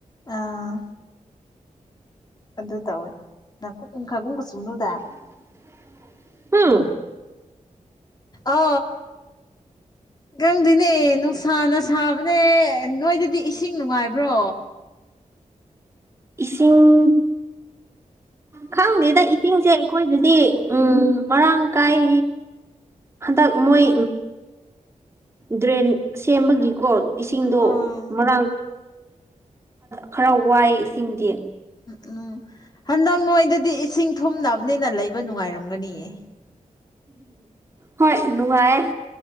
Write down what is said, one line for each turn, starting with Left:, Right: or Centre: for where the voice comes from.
Left: ꯑꯥ ꯑꯗꯨ ꯇꯧꯋꯦ <unintelligible>
Right: <unintelligible>
Left: ꯑ ꯅꯪꯗꯨꯅꯦ ꯅꯨꯡꯁꯥꯅ ꯁꯥꯕꯅꯦ ꯅꯣꯏꯗꯗꯤ ꯏꯁꯤꯡ ꯅꯨꯡꯉꯥꯏꯕ꯭ꯔꯣ
Right: ꯏꯁꯤꯡ ꯈꯪꯗꯦꯗ ꯆꯤꯡꯁꯦ ꯑꯩꯈꯣꯏꯗꯗꯤ ꯎ ꯃꯔꯥꯡ ꯀꯥꯏ ꯍꯟꯗꯛ ꯃꯣꯏ ꯗ꯭ꯔꯦꯟ ꯁꯦꯝꯕꯒꯤꯀꯣ ꯏꯁꯤꯡꯗꯣ
Left: ꯑꯥ
Right: ꯃꯔꯥꯡ ꯈꯔ ꯋꯥꯏꯑꯦ ꯏꯁꯤꯡꯗꯤ
Left: ꯎꯝ ꯍꯟꯗꯛ ꯅꯣꯏꯗꯗꯤ ꯏꯁꯤꯡ ꯊꯨꯝꯅꯕꯅꯤꯅ ꯂꯩꯕ ꯅꯨꯡꯉꯥꯏꯔꯝꯒꯅꯤꯌꯦ
Right: ꯍꯣꯏ ꯂꯅꯨꯡꯉꯥꯏ